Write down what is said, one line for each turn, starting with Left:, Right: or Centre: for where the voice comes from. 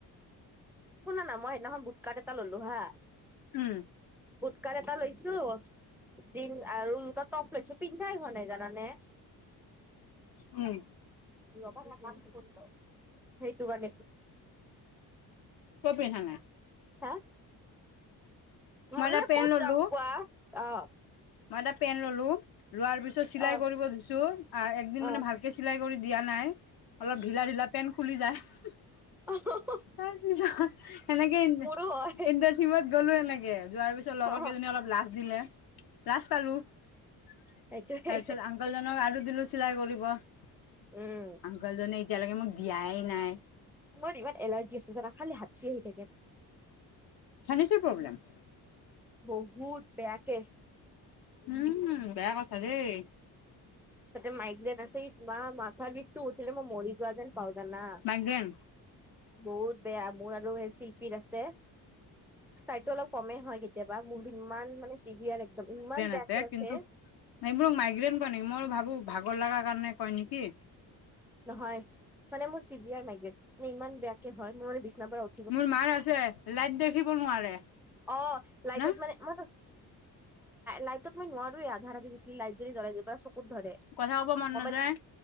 Centre: শুনা না মই সেইদিনাখন বুট কাৰ্ড এটা ললো হা।
Left: উম
Centre: বুট কাৰ্ড এটা লৈছো। জিন আৰু দুটা টপ লৈছো পিন্ধাই হোৱা নাই জানানে।
Left: উম
Centre: হয় <unintelligible> <unintelligible> সেইটো মানে
Left: কিয় পিন্ধা নাই?
Centre: হা মানে
Left: মই এটা পেন
Centre: ক'ত
Left: ললো
Centre: যাম কোৱা? অ,
Left: মই এটা পেনট ললো লোৱাৰ পিছত চিলাই
Centre: অ
Left: কৰিব ধুছো একদিন
Centre: অ
Left: মানে ভাল চিলাই কৰি দিয়া নাই অলপ ঢিলা ঢিলা পেন খুলি যায়।
Centre: অ হ
Left: তাৰপিছত এনেকেই ইনে
Centre: মোৰো হয়
Left: কেন্দাৰ চিমত গ'লো এনেকে যোৱাৰ পিছত লগৰ
Centre: অ
Left: কেইজনী অলপ লাজ দিলে। লাজ পালো তাৰপিছত
Centre: সেইটোয়ে
Left: আ- কলজনক আৰু দিলো চিলাই কৰিব, আংকলজনে
Centre: উম
Left: এতিয়ালৈকে মোক দিয়াই নাই।
Centre: মোৰ দিভাত এলাৰ্জ আ জানো খাল হাচি আহি থাকে।
Left: চানিছৰ প্ৰব্লেম
Centre: বহুত বেয়াকে
Left: উম বেয়া কথা দেই।
Centre: তাতে মাইগ্ৰেন আছে মা মাথাৰ বিষটো উঠিলে মই মৰি যোৱা যেন পাওঁ জানা।
Left: মাইগ্ৰেন
Centre: বহুত বেয়া মোৰ আৰু সেই শিল্পীৰ আছে। তাইটো অলপ কমেই হয় কেতিয়াবা মোৰ ইমান মানে চিৰিয়াৰ একদম ইমান বেয়াকে
Left: আছে
Centre: উঠে।
Left: কিন্তু এইবোৰ মাইগ্ৰেন কয় নেকি মই ভাবো ভাগৰ লগা কাৰণে কয় নেকি?
Centre: নহয় মানে মোৰ চি বি আৰ মাইগ্ৰেট মানে ইমান বেয়াকে হয় মোৰ মানে বিছনা পৰা উ-
Left: মোৰ মাৰ আছে লাইট দেখিব নোৱাৰে।
Centre: অ লাইটত
Left: না
Centre: মানে মইত লাইটত মই নোৱাৰোৱে আধা ৰাতি লাইট যদি জ্বলাই দি পা চকুত,
Left: কথা ক'ব মন
Centre: ম'বাইল,
Left: নাযায়